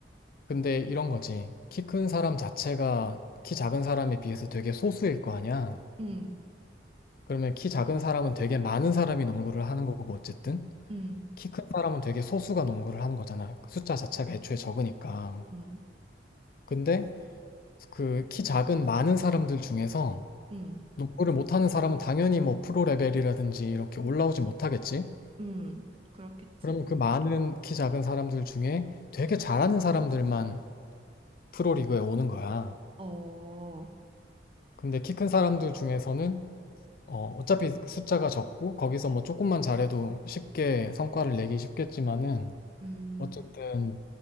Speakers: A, on the left (about 55°); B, on the right (about 30°).
A: 근데 이런 거지. 키 큰 사람 자체가 키 작은 사람에 비해서 되게 소수일 거 아니야.
B: 응,
A: 그러면 키 작은 사람은 되게 많은 사람이 농구를 하는 거고 어쨌든
B: 응,
A: 키 큰 사람은 되게 소수가 농구를 하는 거잖아. 그 숫자 자체가 애초에 적으니까.
B: 응,
A: 근데 그 키 작은 많은 사람들 중에서
B: 응,
A: 농구를 못하는 사람은 당연히 뭐 프로 레벨이라든지 이렇게 올라오지 못하겠지.
B: 응. 그렇겠지?
A: 그러면 그 많은 키 작은 사람들 중에 되게 잘하는 사람들만 프로리그에 오는 거야.
B: 어,
A: 근데 키 큰 사람들 중에서는 어, 어차피 숫자가 적고 거기서 뭐 조금만 잘해도 쉽게 성과를 내기 쉽겠지만은
B: 음,
A: 어쨌든